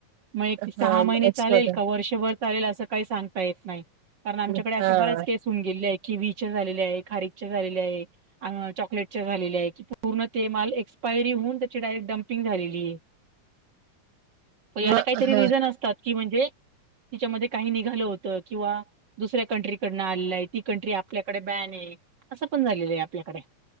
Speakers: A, on the right; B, on the right.
A: मग
B: हा
A: सहा महिने
B: एक्सपर्ट
A: चालेल का वर्षभर चालेल असं काही सांगता येत नाही कारण
B: आहे
A: आमच्याकडे अशा
B: हा
A: बऱ्याच केस होऊन गेलेल्या कीविच्या झालेल्या आहे, खारीकच्या झालेल्या आहे अह चॉकलेटच्या झालेल्या आहे की पूर्ण ते माल एक्स्पायरी होऊन त्याची डायरेक्ट डम्पिंग झालेली आहे मग याला
B: म
A: काहीतरी
B: हा
A: रिझन असतात की म्हणजे तिच्यामध्ये काही निघालं होत किंवा दुसऱ्या कंट्री कडन आलेल आहे ती कंट्री आपल्याकडे बॅन आहे असं पण झालेलं आहे आपल्याकडे